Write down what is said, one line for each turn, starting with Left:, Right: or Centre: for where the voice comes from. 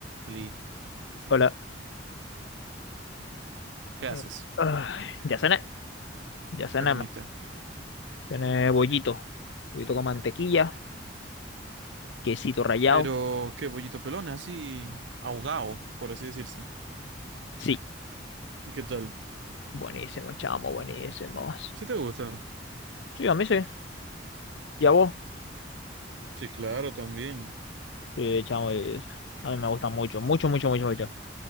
Right: Oli,
Left: Hola.
Right: ¿qué haces?
Left: Mm, ay, ya cené, ya cené.
Right: ¿Qué comiste?
Left: ma. Cené bollito, bollito con mantequilla, quesito rallado.
Right: Pero qué bollito pelón, así ahogado, por así decirse.
Left: Sí,
Right: ¿Y qué tal?
Left: buenísimo, chamo, buenísimo.
Right: ¿Sí te gusta?
Left: Sí, a mí sí. ¿Y a vos?
Right: Sí, claro, también.
Left: Sí, chamo, y- a mí me gusta mucho, mucho, mucho, mucho, mucho.